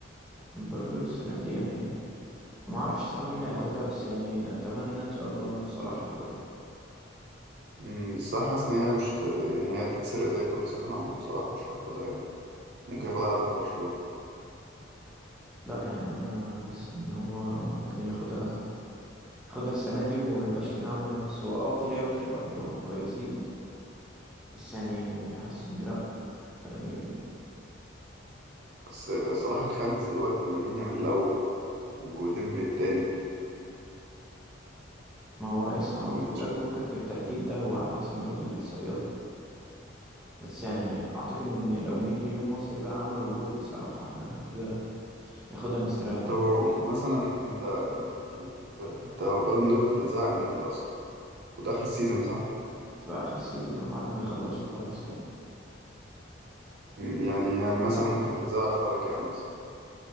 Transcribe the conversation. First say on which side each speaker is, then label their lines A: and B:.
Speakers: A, in the centre; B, on the right.
A: البالون دور السنة دي يعني ما اعرفش الصراحه مين هياخدها بس يعني اتمنى ان شاء الله ان صلاح ياخدها
B: مم، بس انا حاسس ان هي مش ت- يعني هي تتسرق زي كل سنه وبصراحه مش هياخدها يعني ممكن ياخدها عدم برشلونة
A: لا يعني انا حاسس ان هو ممكن ياخدها ياخدها السنه دي وما يبقاش في معاه منافس هو اه في لعيبه كتير قوي حلوه وكويسين بس يعني حاسس ان لا يعني
B: بس صلاح الخامس دلوقتي ولامين يامال الأول وديمبلي التاني
A: ما هو لسه
B: فانت
A: فكك فكك من الترتيب ده هو على حسب برضه الاحصائيات بس يعني اعتقد ان لو 100 مليون مصري بقى عملوا فوت لصلاح فاحنا كده ياخدها مستريح
B: طب مثلا انت ال- ال- انت بالون دور بتتذاع امتى اصلا؟ خد آخر السيزون صح؟
A: تبقى اخر السيزون أهو بعد ما يخلصوا خالص يعني
B: م- يعني يعني مثلا ممكن تتذاع على شهر كام مثلا؟